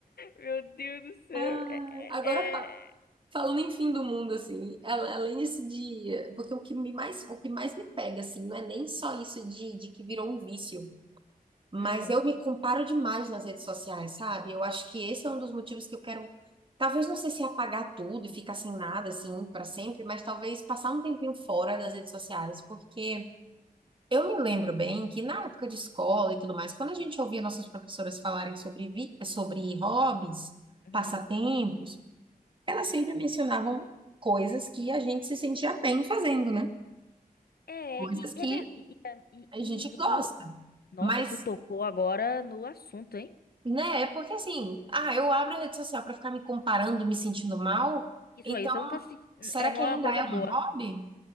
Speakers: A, on the left; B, on the right.
A: Meu Deus do céu.
B: Ai,
A: É,
B: agora
A: é-
B: fa-
A: é-
B: falando em fim do mundo, assim, a- além desse dia, porque o que me mais, o que mais me pega, assim, não é nem só isso de, de que virou um vício, mas
A: Hum,
B: eu me comparo demais nas redes sociais, sabe? Eu acho que esse é um dos motivos que eu quero, talvez não sei se é apagar tudo e ficar sem nada, assim, para sempre, mas talvez passar um tempinho fora das redes sociais, porque Eu me lembro
A: hum,
B: bem que na época de escola e tudo mais, quando a gente ouvia nossas professoras falarem sobre, vi- sobre hobbies,
A: uhum.
B: passatempos, elas sempre mencionavam coisas que a gente se sentia bem fazendo, né?
A: É,
B: Coisas
A: e,
B: que
A: e, é ver- e, e- é, e-
B: a gente gosta.
A: e tu, nossa,
B: Mas,
A: tu tocou agora no assunto, hein?
B: né, é porque assim, ah, eu abro a rede social para ficar me comparando, me sentindo mal,
A: Isso
B: então
A: aí, você não tá se,
B: será
A: é,
B: que
A: não
B: ainda
A: é uma coisa
B: é um
A: boa.
B: hobby?